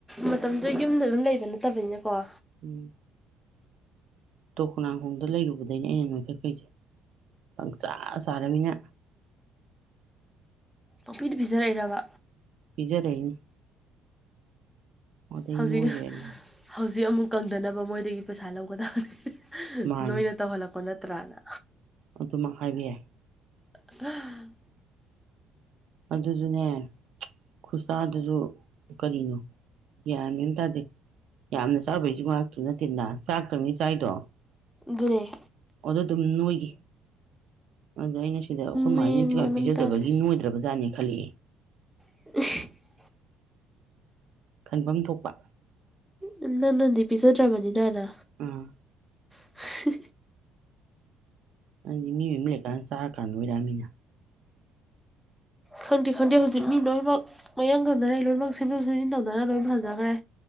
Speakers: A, in the centre; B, on the right.
A: ꯃꯇꯝꯗꯨꯗ ꯌꯨꯝꯗꯒ ꯑꯗꯨꯝ ꯂꯩꯕ ꯅꯠꯇꯕꯅꯤꯅꯀꯣ
B: ꯎꯝ ꯇꯣꯛꯅꯥꯡꯈꯣꯡꯗ ꯂꯩꯔꯨꯕꯗꯩꯅꯦ ꯑꯩꯅ ꯅꯣꯏꯈꯠꯈꯩꯁꯦ ꯄꯪꯆꯥꯥ ꯆꯥꯔꯃꯤꯅ
A: ꯄꯪꯄꯤꯗ ꯄꯤꯖꯔꯛꯏꯔꯕ
B: ꯄꯤꯖꯔꯛꯏꯅꯤ ꯑꯗꯩ
A: ꯍꯧꯖꯤꯛ
B: ꯅꯣꯏꯈ꯭ꯔꯦꯅ
A: ꯍꯧꯖꯤꯛ ꯑꯃꯨꯛ ꯀꯪꯗꯅꯕ ꯃꯣꯏꯗꯒꯤ ꯄꯩꯁꯥ ꯂꯧꯒꯗꯕ
B: ꯃꯥꯅꯦ
A: ꯅꯣꯏꯅ ꯇꯧꯍꯜꯂꯛꯄ ꯅꯠꯇ꯭ꯔꯥꯅ
B: ꯑꯗꯨꯃꯛ ꯍꯥꯏꯕ ꯌꯥꯏ
A: <unintelligible>
B: ꯑꯗꯨꯖꯨꯅꯦ ꯈꯨꯠꯆꯥꯗꯨꯖꯨ ꯀꯔꯤꯅꯣ ꯒ꯭ꯌꯥꯟ ꯃꯦꯟ ꯑꯝ ꯇꯥꯗꯦ ꯌꯥꯝꯅ ꯆꯥꯎꯕꯩꯖꯨ ꯋꯥ ꯉꯥꯛꯇ ꯅꯠꯇꯦꯟꯅ ꯆꯥꯛꯇꯪꯅꯤ ꯆꯥꯏꯗꯣ
A: ꯗꯨꯨꯅꯦ
B: ꯑꯗꯣ ꯗꯨꯝ ꯅꯣꯏꯒꯤ ꯑꯗꯨꯅ ꯑꯩꯅ ꯁꯤꯗ ꯑꯈꯣꯏꯃꯥꯏꯅ
A: ꯃꯦꯟ
B: ꯏꯟꯊꯤꯅꯨꯉꯥꯏ
A: ꯃꯥꯟ
B: ꯄꯤꯖꯗꯕꯒꯤ
A: ꯑꯃ ꯇꯥꯗꯦ
B: ꯅꯣꯏꯗ꯭ꯔꯕꯖꯥꯠꯅꯦ ꯈꯜꯂꯛꯑꯦ
A: <unintelligible>
B: ꯈꯟꯕꯝ ꯊꯣꯛꯄ
A: ꯅꯪ ꯅꯪꯅꯗꯤ ꯄꯤꯖꯗ꯭ꯔꯕꯅꯤꯅꯥꯅ
B: ꯑꯥ
A: <unintelligible>
B: ꯍꯗꯤ ꯃꯤ ꯃꯌꯨꯝ ꯂꯩꯀꯥꯟ ꯆꯥꯔ ꯀꯥꯟ ꯅꯣꯏꯔꯛ ꯑꯃꯤꯅ꯫
A: ꯈꯪꯗꯦ ꯈꯪꯗꯦ ꯍꯧꯖꯤꯛ ꯃꯤ ꯂꯣꯏꯃꯛ ꯃꯌꯥꯡ ꯀꯪꯅꯔꯦ ꯂꯣꯏꯃꯛ ꯁꯦꯝꯗꯣꯛ ꯁꯦꯝꯖꯤꯟ ꯇꯧꯅꯔ ꯂꯣꯏ ꯐꯖꯒ꯭ꯔꯦ